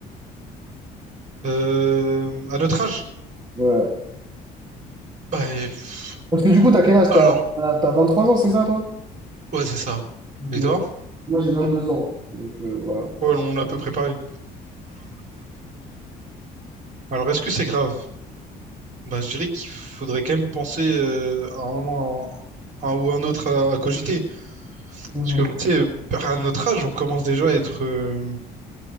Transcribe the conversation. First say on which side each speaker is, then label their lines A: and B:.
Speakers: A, on the right; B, on the right.
A: Euh, à notre âge?
B: Ouais.
A: Bah, et pff,
B: Parce que du coup, t'as quel âge?
A: alors,
B: T'as, t'as vingt trois ans, c'est ça, toi?
A: ouais, c'est ça.
B: Ok.
A: Et toi?
B: Moi, j'ai 22 ans. Donc, euh, voilà.
A: Ouais, on a à peu préparé Alors, est-ce que c'est grave? Bah, je dirais qu'il faudrait quand même penser euh, à un moment un un ou un autre à, à cogiter.
B: Bonjour.
A: Parce que, tu sais, à notre âge, on commence déjà à être... euh,